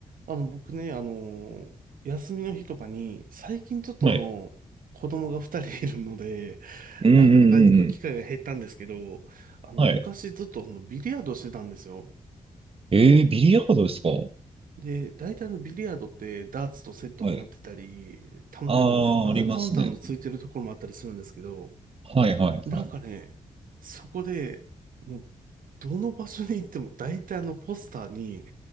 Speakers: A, on the right (about 75°); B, on the right (about 40°).
A: あの、僕ね、あの、休みの日とかに、最近ちょっとあの、
B: はい。
A: 子供が二人いるので、
B: うんうんうんうん。
A: なかなか行く機会が減ったんですけど、あの、
B: はい。
A: 昔ずっとあの、ビリヤードしてたんですよ。
B: えー、ビリヤードですか
A: で、大体あの、ビリヤードってダーツとセットになってたり、
B: はい。
A: たまにあの、
B: ああ、
A: バーカウンターのついてるところもあったりするんですけど、
B: ありますね。はいはいはい。
A: なんかね、そこで、もう、どの場所に行っても大体あの、ポスターに、